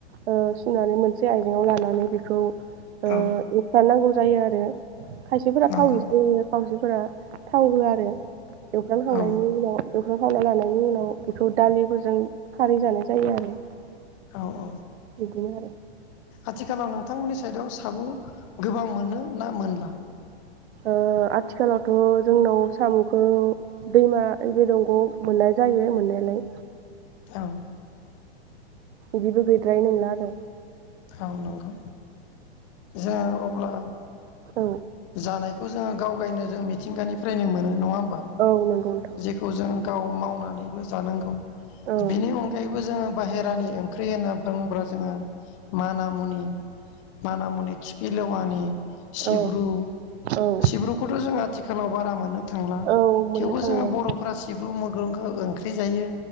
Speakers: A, on the right (about 80°); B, on the left (about 30°).
A: ओ सुनानै मोनसे आइजेंआव लानानै बेखौ ओ
B: औ
A: इसा नांगौ जायो आरो। खायसेफोरा
B: नंगौ
A: थावैसै खाव फोरा थाव होआ आरो। एवफ्रामखांनायनि
B: औ
A: उनाव एवफ्राम खांनानै लानायनि उनाव बेखौ दालिफोरजों खारै जानाय जायो आरो।
B: औ-औ
A: बिदिनो आरो
B: आथिखालाव नों नोंथां मोननि साइडआव सामु गोबां मोनो ना मोनला।
A: ओ आथिखालावथ' जोंनाव सामु खौ दैमा ओइजि दंग' आव मोननाय जायो मोननायालाय।
B: औ
A: बिदिबो गैद्रायि नोङा आरो।
B: ओ नांगौ जा अब्ला
A: औ
B: जानायखौ जोंङो गाव गायनो जों मिथिंगानिफ्रायनो मोनो नङा होमबा बा
A: औ नंगौ नोंथां
B: जेखौ जों गाव माव मावनानैबो जानांगौ
A: औ
B: बेनि अनगायैबो जोङो बाहेरानि ओंख्रि होनना बुङोब्ला जोङो मानामुनि माना मुनि खिफि लेवानि सिब्रु
A: औ औ
B: सिब्रुखौथ' जों आथिखाल खालाव बारा मोनो थांला
A: औ मोननो
B: थेवबो
A: थांला
B: जोङो बर'फोरा सिब्रु मैग खौ ओंख्रि जायो